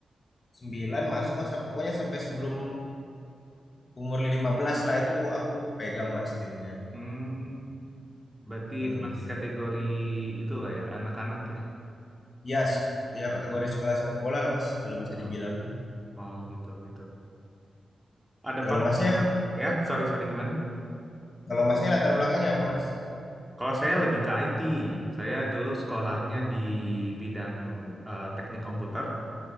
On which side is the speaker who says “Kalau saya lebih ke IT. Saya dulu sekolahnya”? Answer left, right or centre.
Centre